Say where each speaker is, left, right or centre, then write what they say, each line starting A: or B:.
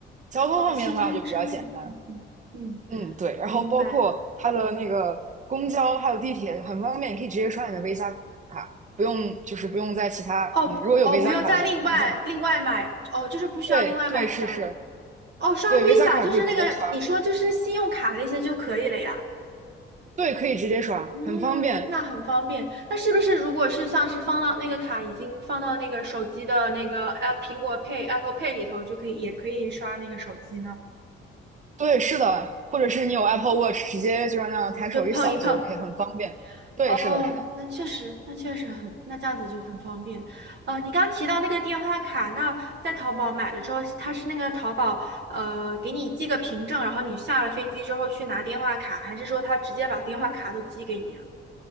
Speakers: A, on the right; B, on the right.
A: 交通方面的话就比较简单。
B: 哦，七天之内。嗯嗯嗯，
A: 嗯，对，然后包括它的那个公交还有地铁很方便，
B: 明白。
A: 你可以直接刷你的 Visa 卡，不用就是不用在其他，
B: 哦哦，
A: 嗯，如果有 Visa
B: 不用再另外另外买哦，
A: 卡的话就不用再买卡。
B: 就是不需要另外买票
A: 对对是是，
B: 哦，刷
A: 对
B: Visa
A: Visa 卡可以直接刷，
B: 就是那个你说就是信用卡那些就可以了呀。
A: 对可以直接刷，
B: 嗯，
A: 很方便。
B: 那很方便。那是不是如果是像是放到那个卡已经放到那个手机的那个 App 苹果 Pay Apple Pay 里头，就可以也可以刷那个手机呢？
A: 对是的，或者是你有
B: 嗯，
A: Apple Watch，直接就让那样抬手一扫就
B: 就碰一碰。
A: OK，很方便。对是的是的，
B: 哦，那确实，那确实很，那这样子就很方便。呃，你刚提到那个电话卡，那在淘宝买了之后，它是那个淘宝呃给你寄个凭证，然后你下了飞机之后去拿电话卡，还是说他直接把电话卡都寄给你啊